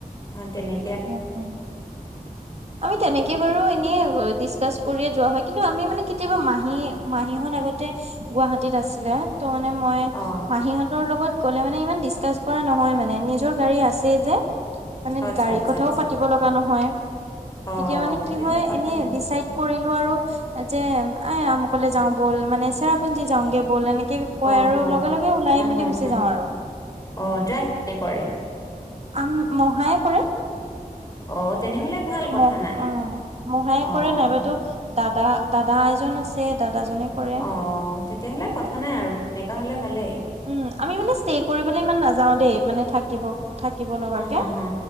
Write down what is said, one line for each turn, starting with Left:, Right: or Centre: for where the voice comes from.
Left: ‌অ তেনে
Right: অ' অ'
Left: <inaudible>
Right: আমি তেনেকে বাৰু এনেই অব ডিচকাছ কৰিয়ে যোৱা হয়, ‌ কিন্তু আমি মানে কেতিয়াবা মাহী মাহীহঁত আগতে গুৱাহাটীত আছিলে ত' মানে মই
Left: অঁ
Right: মাহীহঁতৰ লগত গ'লে মানে ইমান ডিচকাচ কৰা নহয় মানে নিজৰ গাড়ী আছেই যে মানে
Left: আচ্ছা
Right: গাড়ী
Left: আচ্ছা আচ্ছা
Right: কৰিব লগা নহয়,
Left: অঁ
Right: তেতিয়া মানে
Left: তেতিয়াহ'লে
Right: কি হয়
Left: কথা
Right: এনে
Left: নাই
Right: ডিচাইদ কৰিলো আৰু যে এ আমুকলে যাও ব'ল মানে চেৰাপুঞ্জী যাওঁগে ব'ল এনে কয়
Left: অঁ
Right: আৰু লগে লগে ওলাই
Left: অঁ
Right: মেলি গুচি যাওঁ আৰু।
Left: অঁ ড্ৰাইভ কোনে কৰে?
Right: আম মহায়ে কৰে।
Left: অ তেনেহ'লে ভাল কথা
Right: মহ
Left: নাই
Right: অ মহায়ে
Left: অঁ
Right: কৰে নাইবাতো দাদা দাদা এজন আছে দাদাজনে কৰে
Left: অ তেতিয়াহ'লে কথা নাই আৰু তেনেকুৱা হলে ভালেই।
Right: উম আমি মানে ষ্টে কৰিবলৈ ইমান নাযাও দেই মানে থাকিব থাকিব লগাকে।
Left: হা হা হা